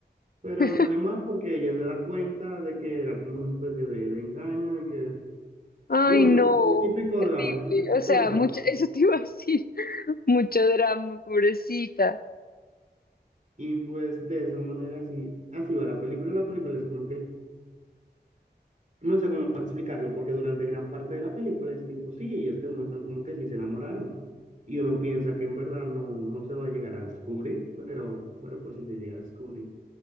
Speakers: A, on the right; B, on the left.
A: pero
B: <laughs>
A: sale mal porque ella se da cuenta de que era como una especie de, de engaño y que,
B: Ay,
A: y bueno,
B: no,
A: el típico
B: terrible.
A: drama, el típico
B: O sea,
A: drama.
B: mucha eso te iba a decir, <laughs> mucho drama, pobrecita.
A: Y pues de esa manera así, así va la película. La película es como que No sé cómo explicarlo, porque durante gran parte de la película es tipo, sí, ellos te muestran como que sí se enamoraron. Y uno piensa que en verdad no, no se va a llegar a descubrir, pero, pero pues sí se llega a descubrir.